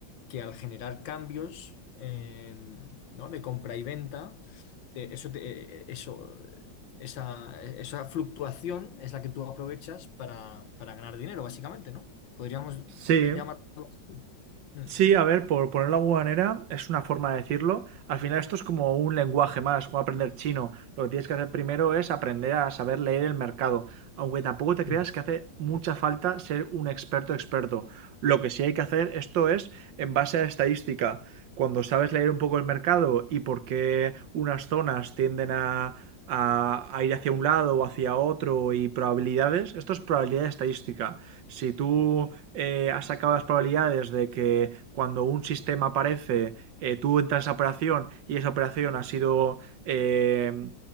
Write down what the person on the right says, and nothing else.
Sí,
Sí, a ver, por ponerlo de alguna manera, es una forma de decirlo. Al final esto es como un lenguaje más, como aprender chino. Lo que tienes que hacer primero es aprender a saber leer el mercado, aunque tampoco te
creas que hace mucha falta ser un experto experto. Lo que sí hay que hacer esto es en base a estadística. Cuando sabes leer un poco el mercado y por qué unas zonas tienden a a, a, ir hacia un lado o hacia otro y probabilidades. Esto es probabilidad estadística. Si tú eh, has sacado las probabilidades de que cuando un sistema aparece, eh, tú entras a esa operación y esa operación ha sido... Eh,